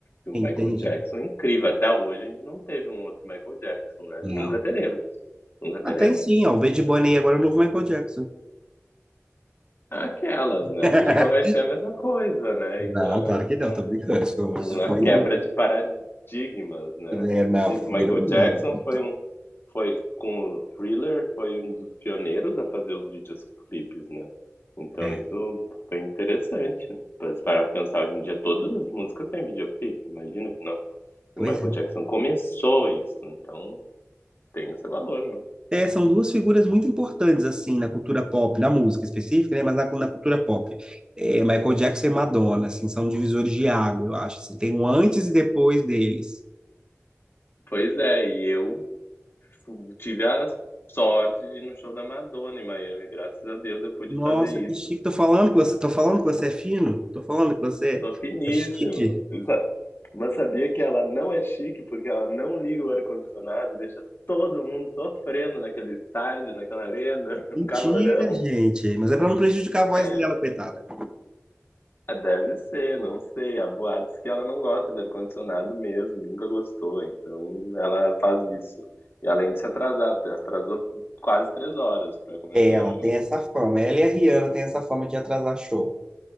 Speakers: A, on the left; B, on the right.
A: O Michael
B: Entendi.
A: Jackson é incrível. Até hoje a gente não teve um outro Michael Jackson, né?
B: Não.
A: Nunca teremos. Nunca
B: Até
A: teremos.
B: sim, ó, o Bad Bunny agora é o novo Michael Jackson.
A: Aquelas, né?
B: <laughs>
A: Nunca vai ser a mesma coisa, né?
B: Não,
A: E com a,
B: claro que
A: com
B: não, tô brincando. Isso
A: com a
B: foi
A: quebra
B: um
A: de paradigmas, né?
B: É, não,
A: Dizem
B: virou
A: que o Michael Jackson
B: meme.
A: foi um foi com o Thriller, foi um dos pioneiros a fazer os videoclipes, né? Então
B: É,
A: isso foi interessante. Pra se parar pra pensar hoje em dia, todas as músicas têm videoclipe, imagina que não.
B: pois
A: E o Michael
B: é.
A: Jackson começou isso, então tem esse valor, não?
B: É, são duas figuras muito importantes, assim, na cultura pop, na música específica, né? Mas na, na cultura pop. É, Michael Jackson e Madonna, assim, são divisores de água, eu acho. assim. tem um antes e depois deles.
A: Pois é, e eu fu- tive a sorte de ir no show da Madonna em Miami, graças a Deus eu pude
B: Nossa,
A: fazer isso.
B: que chique. Tô falando que você, tô falando que você é fino? Tô falando que você
A: só finíssimo.
B: é chique.
A: Sa- Mas sabia que ela não é chique porque ela não liga o ar-condicionado e deixa todo mundo sofrendo naquele estádio, naquela arena, <laughs> um
B: Mentira,
A: calorão.
B: gente. Mas é pra não prejudicar a voz
A: É,
B: dela, coitada.
A: deve ser, não sei. Há boatos que ela não gosta de ar-condicionado mesmo, nunca gostou, então ela faz isso. E além de se atrasar, te- atrasou quase três horas para começar
B: É, Ela
A: o show.
B: tem essa fama. Ela e a Rihanna têm essa fama de atrasar show.